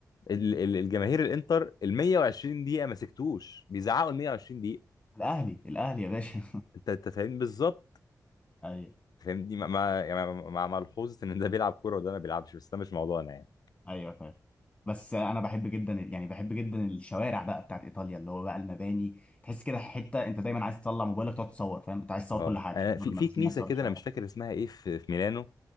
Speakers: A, on the left; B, on the left.
A: ال- ال- الجماهير الانتر ال 120 دقيقة ما سكتوش بيزعقوا ال 120 دقيقة
B: الاهلي الاهلي يا باشا
A: انت انت فاهم بالظبط
B: <laughs> ايوه
A: فاهمني مع مع يعني مع مع ملحوظه ان ده بيلعب كوره وده ما بيلعبش بس ده مش موضوعنا يعني
B: ايوه فاهم بس انا بحب جدا يعني بحب جدا الشوارع بقى بتاعت ايطاليا اللي هو بقى المباني تحس كده حته انت دايما عايز تطلع موبايلك تقعد تصور فاهم انت عايز تصور
A: اه
B: كل حاجه
A: انا
B: عايز تصور
A: في
B: المباني
A: في كنيسه
B: عايز تصور
A: كده
B: الشوارع
A: انا مش فاكر اسمها ايه في في ميلانو